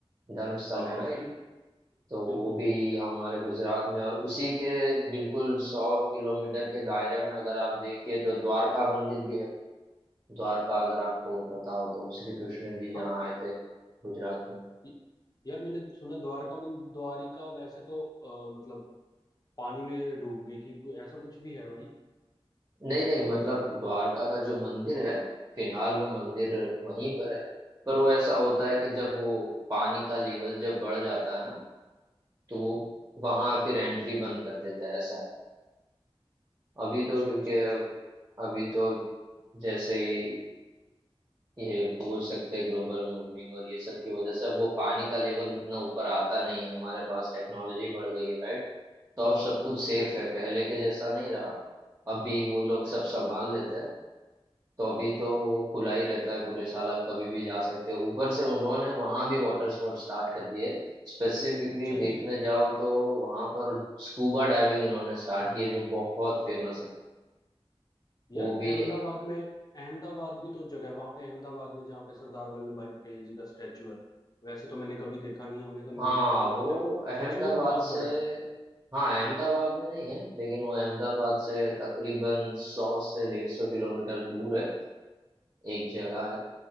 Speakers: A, on the right (about 30°); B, on the left (about 40°).
A: धर्मस्थल
B: हाँ
A: है
B: हाँ
A: ना
B: भाई
A: एक तो वो
B: बिल्कुल
A: भी
B: बिल्कुल यार
A: हमारे गुजरात में और उसी के बिल्कुल सौ किलोमीटर के दायरे में अगर आप देखिए तो द्वारका मंदिर भी है द्वारका अगर आपको पता हो तो श्री कृष्ण जी जहाँ
B: हाँ
A: आए थे गुजरात में
B: य- यार मैंने सुना द्वारका मन द्वारिका वैसे तो अ, मतलब पानी में डूब गई थी कोई ऐसा कुछ भी है भाई
A: नहीं नहीं मतलब द्वारका का जो मंदिर है फिलहाल वो मंदिर वहीं पर है पर वो ऐसा होता है कि जब वो पानी का लेवल जब बढ़ जाता है ना तो वो वहां फिर एंट्री बंद कर देता है ऐसा है अभी
B: अच्छा
A: तो क्योंकि
B: अच्छा अच्छा
A: अभी तो जैसे ही ये बोल सकते हैं ग्लोबल वार्मिंग और ये सब की वजह से अब वो पानी का लेवल उतना ऊपर आता नहीं है हमारे पास टेक्नोलॉजी बढ़ गई है राइट तो अब सब कुछ
B: ओके
A: सेफ है पहले के जैसा नहीं रहा अभी वो लोग सब संभाल लेते हैं तो अभी तो वो खुला ही रहता है पूरे साल आप कभी भी जा सकते हो ऊपर से उन्होंने वहां भी वाटर स्पोर्ट स्टार्ट कर दिए स्पेसिफिकली
B: अच्छा
A: देखने
B: जी
A: जाओ तो वहां पर स्कूबा डाइविंग उन्होंने स्टार्ट की है जो बहुत फेमस है
B: यार
A: वो
B: अहमदाबाद
A: भी
B: में अहमदाबाद भी तो जगह है वहां पे अहमदाबाद में जहाँ पे सरदार वल्लभ भाई पटेल जी का स्टैचू है वैसे तो मैंने कभी देखा नहीं है, हमने तो न्यूज
A: हाँ
B: में ही सुना
A: वो
B: है। क्या
A: अहमदाबाद
B: सच में वो बहुत
A: से
B: बड़ा है
A: हाँ अहमदाबाद में नहीं है लेकिन वो अहमदाबाद से तकरीबन सौ से डेढ़ सौ किलोमीटर दूर है एक जगह है